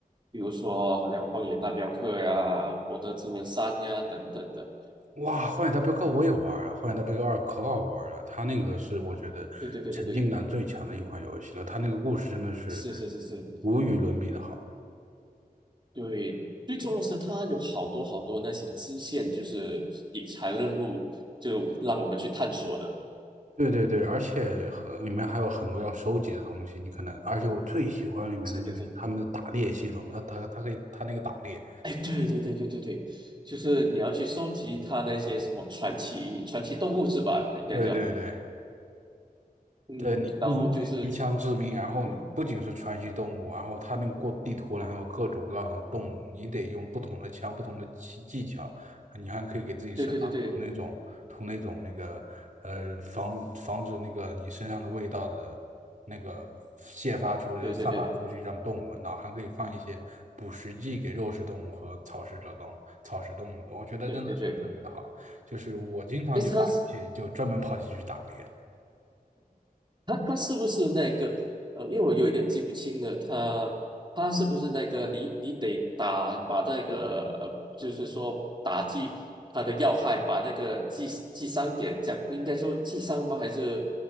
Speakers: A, on the right (about 30°); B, on the right (about 55°).
A: 比如说好像《荒野大镖客》呀、《博德之门三》呀等等的。
B: 哇，《荒野大镖客》我也玩啊，《荒野大镖客二》可好玩了，它那个是我觉得沉浸感最强的一款游戏了，
A: 对对对对对，
B: 它那个故事真的是
A: 是是是是，
B: 无与伦比的好。
A: 对，最重要是它有好多好多那些支线，就是理财任务，就让我们去探索的。
B: 对对对，而且和里面还有很多要收集的东西，你可能，而且我最喜欢里面的就是他们的打猎系统，
A: 是的，是的
B: 它它它可以它那个打猎，
A: 哎，对对对对对对，就是你要去收集它那些什么传奇传奇动物是吧？应该叫
B: 对对对，
A: 嗯，
B: 对你，
A: 然后就是
B: 你一枪致命，然后不仅是传奇动物，
A: 嗯，
B: 然后它那个过地图然后有各种各样的动物，你得用不同的枪、不同的技技巧，你还可以给自己身上涂那种涂那种那个呃防防止那个你身上的味道的那个泄发出去、
A: 对对对对对对对
B: 散发出去，让动物闻到，还可以放一些捕食剂给肉食动物和草食者动物、草食动物的，我觉得真的是特别的好，
A: 对对对对，
B: 就是我经常就打游戏就专门跑进去打猎。
A: 哎，它他他是不是那个呃，因为我有一点记不清了，他他是不是那个你你得打把那个呃，就是说打击他的要害，把那个击击伤点降，应该说击伤吗？还是